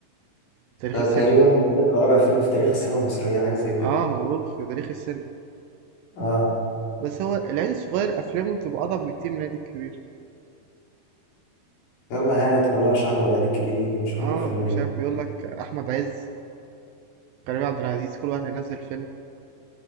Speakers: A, on the right; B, on the left.
A: في تاريخ
B: ده
A: السينما
B: تقريبا تالت او رابع فيلم في تاريخ السينما المصريه حاجه زي كده
A: اه ما أنا بقول في تاريخ السينما
B: اه
A: بس هو العيد الصغير افلامه بتبقى اضعف بكتير من العيد الكبير
B: يلا هانت كلها شهر والعيد الكبير يجي ونشوف
A: اه
B: الافلام اللي
A: مش
B: جايه
A: عارف بيقول لك احمد عز كريم عبد العزيز كل واحد هينزل فيلم